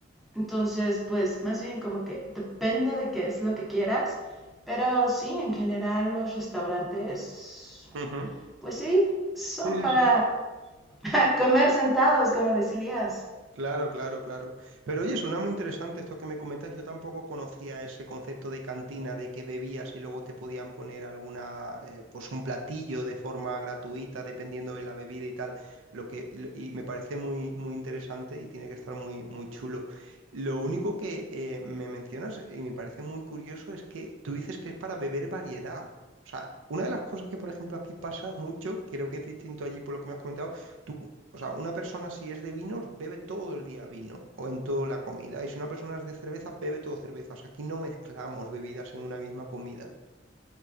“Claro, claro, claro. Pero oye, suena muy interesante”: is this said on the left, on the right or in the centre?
Right